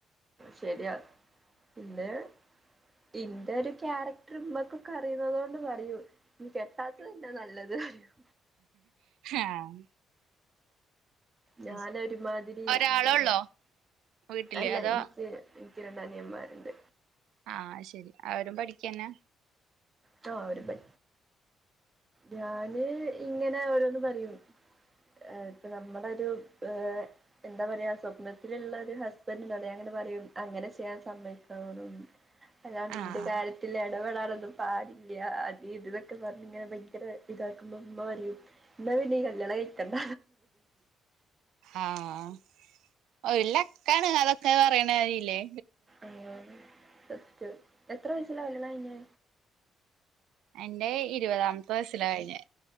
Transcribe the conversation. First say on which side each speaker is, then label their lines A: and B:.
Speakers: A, on the right; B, on the right.
A: ശരിയാ പിന്നെ ഇന്റെ ഒരു ക്യാരക്ടർ ഉമ്മക്കൊക്കെ അറിയുന്നത കൊണ്ട് പറയും <unintelligible> താത്ത പിന്നെ നല്ലത് പറയും
B: ആഹ് അത്
A: ഞാനൊരു
B: ശരി
A: മാതിരി
B: ഒരാളെ
A: ഇങ്ങനെ
B: ഉള്ളോ വീട്ടില്
A: അല്ല
B: അതോ
A: ഇൻക്ക് ഇൻക്ക് രണ്ടനിയൻമാരുണ്ട്
B: ആഹ് അഹ്ശെരി അവരും പഠിക്കന്നെ
A: തോ അവര് <unintelligible> ഞാന് ഇങ്ങനെ ഓരോന്ന് പറയും ഏഹ് ഇപ്പം നമ്മടൊരു ഏഹ് എന്താ പറയാ സ്വപ്നത്തിലുള്ള ഒരു ഹസ്ബൻ്റ് ഉഉണ്ടാവൂലെ അങ്ങനെ പറയും അങ്ങനെ ചെയ്യാൻ സമ്മയിക്കൂലാന്ന് അതാണിന്റെ
B: ആഹ്
A: കാര്യത്തിൽ ഇടപെടാറൊന്നും പാടില്ല അത് ഇതതൊക്കെ പറഞ്ഞ ഇങ്ങനെ <unintelligible> ഇതാക്കുമ്പോ ഉമ്മ പറയും എന്നാ നീ കല്യാണം കഴിക്കണ്ട
B: ആഹ് ഒരു ലക്കാണ് അതൊക്കെ പറയ്ണേല്ലേ
A: ആഹ് സത്യം എത്ര വയസിലാ കല്യാണം കഴിഞ്ഞെ
B: എന്റെ ഇരുപതാമത്തെ വയസ്സിലാ കഴിഞ്ഞേ